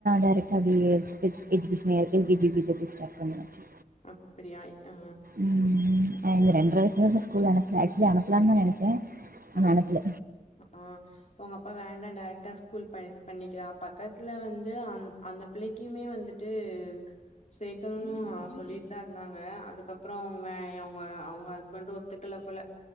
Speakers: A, on the right; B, on the left.
A: டைரக்ட் அப்டியே <unintelligible> ஸ்டார்ட் பண்யாச்சு
B: அப்டியா ஆ
A: ம் ம் இந்த ரெண்டர வயசுலேருந்து ஸ்கூல் அனுப்பல ஆக்சுவலா அனுப்லானு தா நெனச்சே ஆனா
B: ஆ
A: அனுப்பல
B: ஆ உங்க அப்பா வேண்டா டேரக்டா ஸ்கூல் பண்ணிக்கலா பக்கத்துல வந்து அ அந்த பிள்ளைக்குமே வந்துட்டு சேர்க்கணுனு சொல்லிட்டு இருந்தாங்க அதுக்கப்றோ வே அவுங்க அவங்க அவங்க ஹஸ்பண்டு ஒத்துக்கல போல